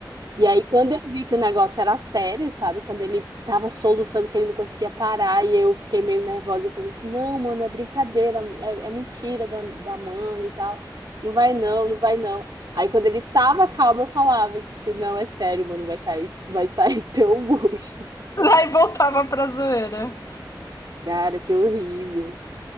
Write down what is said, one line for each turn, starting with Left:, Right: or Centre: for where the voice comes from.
Right: E aí, quando eu vi que o negócio era sério, sabe? Quando ele tava soluçando que ele não conseguia parar e eu fiquei meio nervosa, eu falei assim: não, mano, é brincadeira, é, é mentira da, da mana e tal. Não vai não, não vai não. Aí, quando ele tava calmo, eu falava eu disse assim: não, é sério, mano, vai cair, vai sair <laughs> teu bucho.
Left: Aí voltava pra zoeira.
Right: Cara, que horrível.